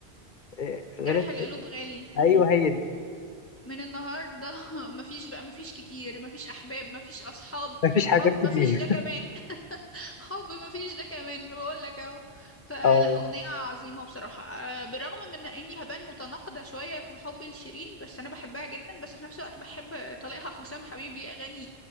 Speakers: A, on the left (about 55°); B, on the left (about 20°).
A: آه،
B: جرح
A: غلطت
B: القلوب غالي مهم.
A: أيوه هي دي
B: من النهاردة <laughs> مفيش بقى مفيش كتير مفيش أحباب مفيش أصحاب
A: مفيش حاجات
B: حب
A: كتير
B: مفيش ده كمان <laughs> حب مفيش ده كمان بقول لك اهو فلا
A: اه
B: أغنية عظيمة بصراحة آه، بالرغم من إني هبان متناقضة شوية في حبي لشيرين بس أنا بحبها جدا بس في نفس الوقت بحب طليقها حسام حبيب ليه أغاني